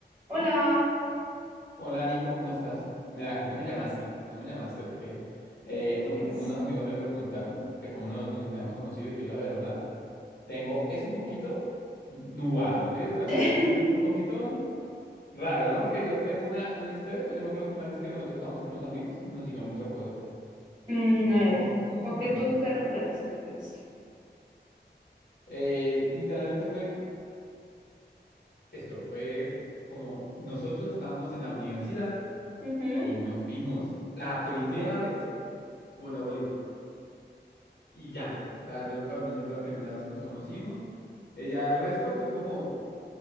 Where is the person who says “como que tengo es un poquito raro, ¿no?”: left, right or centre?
Left